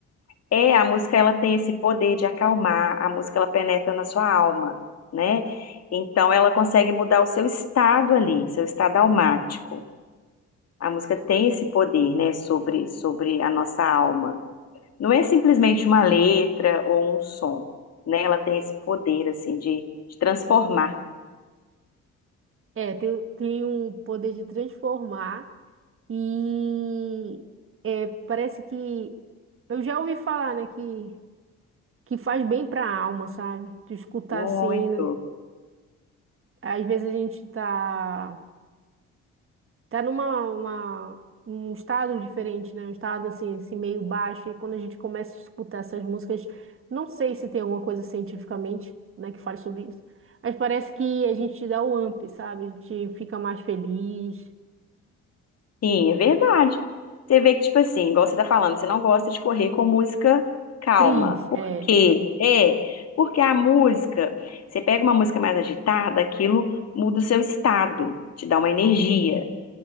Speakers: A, on the left; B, on the right.
A: É, a música ela tem esse poder de acalmar, a música ela penetra na sua alma, né? Então ela consegue mudar o seu estado ali, seu estado almático. A música tem esse poder, né, sobre sobre a nossa alma. Não é simplesmente uma letra ou um som, né? Ela tem esse poder assim de, de transformar.
B: É, tem, tem um poder de transformar e é, parece que eu já ouvi falar, né, que, que faz bem pra alma, sabe? Tu escutar
A: Muito.
B: assim, às vezes a gente tá tá numa uma, um estado diferente, né? Um estado assim, assim, meio baixo. E quando a gente começa a escutar essas músicas, não sei se tem alguma coisa cientificamente, né, que fale sobre isso, mas parece que a gente dá o up, sabe? A gente fica mais feliz,
A: Sim, é verdade. Você vê que, tipo assim, igual você tá falando, você não gosta de correr com música calma.
B: feliz,
A: Por
B: é,
A: quê? É, porque a música, você pega uma música mais agitada, aquilo muda o seu estado, te dá uma energia,